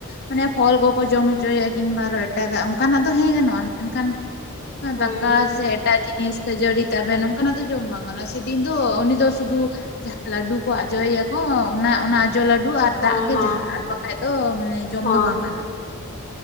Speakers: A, on the left; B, on the left.
A: ᱢᱟᱱᱮ ᱯᱷᱚᱞ ᱠᱚᱠᱚ ᱡᱚᱢ ᱦᱚᱪᱚᱭᱟ ᱠᱤᱱᱵᱟ ᱟᱨᱚ ᱮᱴᱟᱜᱟᱜ ᱚᱱᱠᱟᱱᱟᱜ ᱫᱚ ᱦᱮᱸ ᱜᱟᱱᱚᱜᱼᱟ ᱢᱮᱱᱠᱷᱟᱱ
B: ᱦᱮᱸ
A: ᱫᱟᱠᱟ ᱥᱮ ᱮᱴᱟ ᱡᱤᱱᱤᱥ ᱠᱷᱟᱹᱡᱟᱹᱲᱤ ᱛᱟᱵᱮᱱ ᱱᱚᱝᱠᱟᱱᱟᱜ ᱫᱚ ᱡᱚᱢ ᱵᱟᱝ ᱜᱟᱱᱚᱜᱼᱟ ᱥᱮᱫᱤᱱ ᱫᱚ ᱩᱱᱤ ᱫᱚ ᱥᱩᱫᱩ ᱡᱟᱦᱟ ᱞᱟᱹᱰᱩ ᱠᱚ ᱟᱡᱚᱭᱮᱭᱟ ᱠᱚ ᱚᱱᱟ ᱚᱱᱟ ᱟᱡᱚ ᱞᱟᱹᱰᱩ ᱟᱨ
B: ᱦᱳᱭ
A: ᱫᱟᱜ ᱜᱮ
B: ᱦᱳᱭ
A: ᱡᱟᱦᱟᱸ ᱟᱨ ᱵᱟᱠᱷᱟᱡ ᱫᱚ ᱢᱟᱱᱮ ᱡᱚᱢ
B: ᱦᱳᱭ
A: ᱫᱚ ᱵᱟᱝ ᱜᱟᱱᱚᱜᱼᱟ